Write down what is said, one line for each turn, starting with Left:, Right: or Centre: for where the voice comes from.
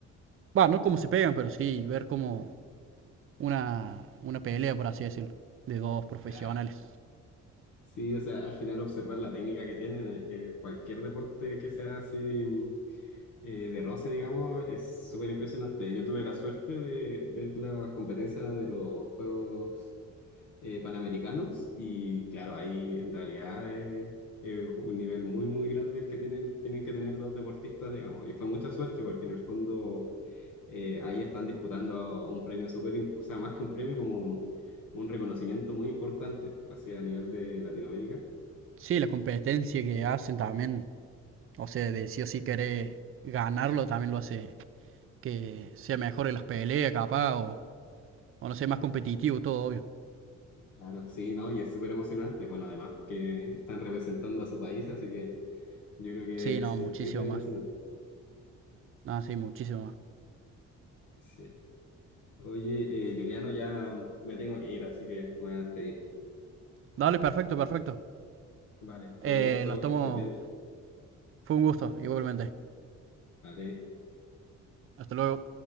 Right: va, no como se pegan, pero sí, ver como una, una pelea, por así decirlo, de dos profesionales.
Left: Claro. Sí, o sea, al final observar la técnica que tienen, eh, eh, cualquier deporte que sea así mm, eh, de roce, digamos, es súper impresionante. Yo tuve la suerte de ver las competencias de los Juegos. eh, panamericanos y claro, ahí en realidad es, es un nivel muy, muy grande el que tienen, tienen que tener los deportistas, digamos. Y fue mucha suerte porque en el fondo eh, ahí están disputando un premio súper, im- o sea, más que un premio como... un reconocimiento muy importante hacia a nivel de Latinoamérica.
Right: Sí, la competencia que hacen también, o sea, de sí o sí querer ganarlo también lo hace que sea mejor en las peleas, capaz, o, o no sé, más competitivo, todo obvio.
Left: Claro, sí, ¿no? Y es súper emocionante. Bueno, además que están representando a su país, así que yo creo que
Right: Sí,
Left: es
Right: no,
Left: el
Right: muchísimo
Left: triple de
Right: más.
Left: emocionante.
Right: No, sí, muchísimo más.
Left: Sí. Oye, eh, Juliano, ya me tengo que ir, así que me voy a despedir.
Right: Dale, perfecto, perfecto.
Left: Vale, fue
Right: Eh,
Left: un gusto,
Right: nos estamos,
Left: que estés bien.
Right: fue un gusto, igualmente.
Left: Vale.
Right: Hasta luego.